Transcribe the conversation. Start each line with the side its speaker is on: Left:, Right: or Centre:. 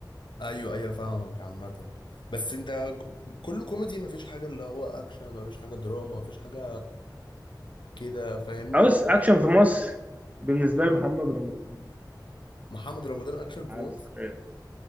Left: ايوه ايوه فاهمك عامه بس انت ك- كله كوميدي مفيش حاجه اللي هو اكشن مفيش حاجه دراما مفيش حاجه كده فاهمني
Right: عاوز اكشن في مصر بالنسبة لي محمد رمضان بقى
Left: محمد رمضان اكشن في
Right: عارف
Left: مصر
Right: ايه؟